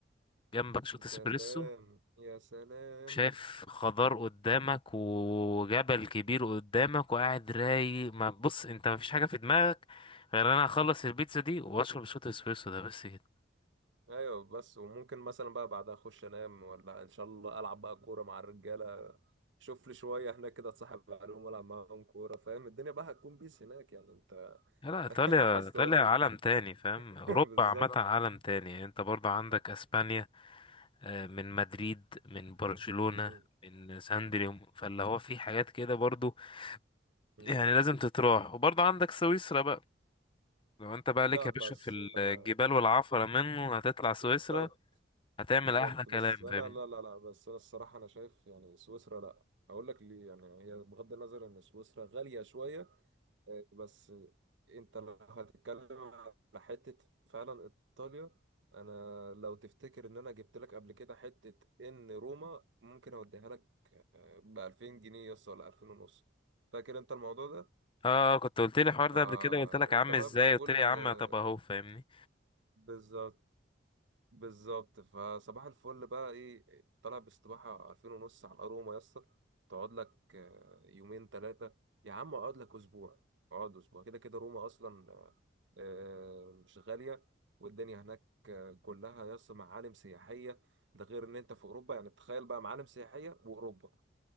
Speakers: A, on the left (about 30°); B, on the right (about 80°).
A: جنبك شوت
B: يا سلام
A: اسبريسو
B: يا سلام
A: شايف خضار قدامك وجبل كبير قدامك وقاعد رايق ما بص انت مفيش حاجة في دماغك غير انا اخلص البيتزا دي واشرب شوت اسبريسو ده بس كده
B: ايوه بس وممكن مثلا بقى بعدها اخش انام ولا ان شاء الله العب بقى كورة مع الرجالة شوف لي شوية هناك كده اتصاحب عليهم والعب معاهم كورة فاهم الدنيا بقى هتكون بيس هناك يعني انت
A: لا لا، ايطاليا
B: <laughs> عايز
A: ايطاليا
B: تقول لي
A: عالم تاني فاهم اوروبا
B: <laughs> بالظبط
A: عامه عالم تاني يعني انت برضو عندك
B: آه.
A: اسبانيا آه، من مدريد من برشلونه
B: مم.
A: من ساندريوم فاللي هو في حاجات كده برضو
B: مم.
A: يعني لازم تتراح وبرضو عندك سويسرا بقى لو انت بقى ليك
B: لا
A: يا
B: بس
A: باشا في
B: أنا-
A: الجبال والعفره منه هتطلع سويسرا
B: بالظبط
A: هتعمل
B: بالظبط
A: احلى كلام
B: بس انا
A: فاهمني
B: لا لا لا بس انا الصراحه انا شايف يعني سويسرا لا هقول لك ليه يعني هي بغض النظر ان سويسرا غاليه شويه آه، بس انت لو هتتكلم على حته فعلا ايطاليا انا لو تفتكر ان انا جبت لك قبل كده حته ان روما ممكن اوديها لك ب 2000 جنيه يس ولا 2000 ونص فاكر انت الموضوع ده
A: اه كنت قلت لي الحوار ده
B: فانت
A: قبل كده قلت لك يا عم
B: بقى
A: ازاي
B: بتقول
A: قلت لي يا عم
B: آه،
A: طب اهو فاهمني
B: بالظبط بالظبط فصباح الفل بقى ايه طالع باستباحة 2000 ونص على الأروما يا اسطى تقعد لك آه، يومين ثلاثة يا عم اقعد لك أسبوع اقعد أسبوع كده كده روما أصلا آه، آه، مش غالية والدنيا هناك آه، كلها يا اسطى معالم سياحية ده غير إن أنت في أوروبا يعني تخيل بقى معالم سياحية وأوروبا